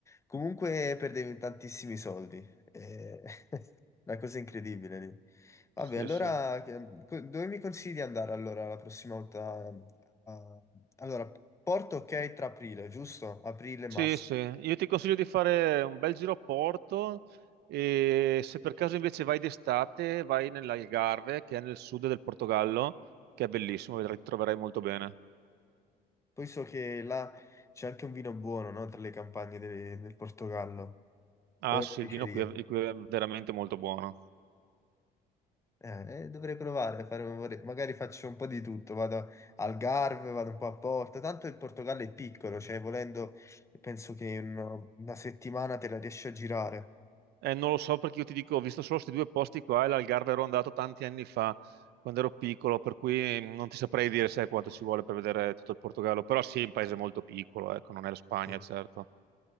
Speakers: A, on the left (about 15°); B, on the right (about 75°).
A: comunque perdevi tantissimi soldi. eh. Una cosa incredibile lì. Vabbè,
B: Sì,
A: allora,
B: sì.
A: che- co- dove mi consigli di andare allora la prossima volta? Ah, allora, Porto ok tra aprile, giusto? Aprile
B: Sì,
A: massimo.
B: sì, io ti consiglio di fare un bel giro a Porto e se per caso invece vai d'estate, vai nell'Algarve, che è nel sud del Portogallo, che è bellissimo, vedrai, ti troverai molto bene.
A: Poi so che là c'è anche un vino buono, no? Tra le campagne de- del Portogallo.
B: Ah
A: O una
B: sì,
A: diceria.
B: il vino qui è, qui è veramente molto buono.
A: Eh, eh, dovrei provare, fare- vorrei- magari faccio un po' di tutto, vado al Garve, vado un po' a Porto, tanto il Portogallo è piccolo, cioè volendo penso che in una settimana te la riesci a girare.
B: Eh, non lo so perché io ti dico, ho visto solo questi due posti qua e l'Algarve ero andato tanti anni fa, quando ero piccolo, per cui non ti saprei dire sai quanto ci vuole per vedere tutto il Portogallo, però sì, è un paese molto piccolo, ecco, non è la Spagna,
A: Sì.
B: certo.